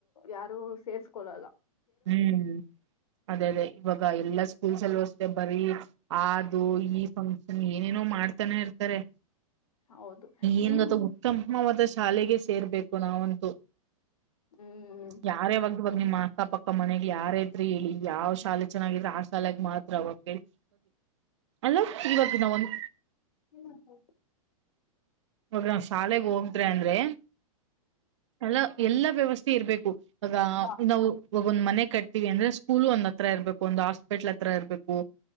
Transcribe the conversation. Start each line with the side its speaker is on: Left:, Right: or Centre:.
Left: ಯಾರು ಸೇರ್ಸ್ಕೊಳ್ಳಲ್ಲ
Right: ಹ್ಮ್ ಅದೇ ಅದೇ ಇವಾಗ ಎಲ್ಲ ಸ್ಕೂಲ್ ಸಲು ಅಷ್ಟೇ ಬರೀ ಆದು ಈ ಫಂಕ್ಷನ್ ಏನೇನೋ ಮಾಡ್ತಾನ ಇರ್ತಾರೆ
Left: ಹೌದು ನಿಮ್
Right: ಏನ್ ಗೊತ್ತ ಉತ್ತಮ ಹು ಮತ್ತ ಶಾಲೆಗೆ ಸೇರ್ಬೇಕು ನಾವಂತೂ
Left: ಹ್ಮ್
Right: ಯಾರ ಯಾವಾಗುವಾಗ ನಿಮ್ಮ ಕಪ್ಪ ಅಕ್ಕ ಮನೆಗ್ ಯಾರ ಇದ್ರರು ಹೇಳಿ ಯಾವ್ ಶಾಲೆ ಚೆನ್ನಾಗಿದ್ರರು ಹಾಸ್ಟೆಲ್ ಲೈಫ್ ಮಾತ್ರ ಅವಾಗ ಹೇಳಿ ಅಲ್ಲ ಇವಾಗ ನಾವಂದ
Left: ಹ್ಮ್ ಹ್ಮ
Right: ಹ ನಾ ಶಾಲೆಗ್ ಹೋಗತ್ರೆ ಅಂದ್ರೆ ಅಲ್ಲ ಎಲ್ಲ ವ್ಯವಸ್ಥೆ ಇರ್ಬೇಕು ಆ
Left: ಹ
Right: ನಾವು ಇವಾಗೊಂದ್ ಮನೆ ಕಟ್ತೀವಿ ಅಂದ್ರೆ ಸ್ಕೂಲ್ ಒಂದ್ ಹತ್ರ ಇರಬೇಕು ಒಂದು ಹಾಸ್ಪಿಟ್ಲ್ ಹತ್ರ ಇರಬೇಕು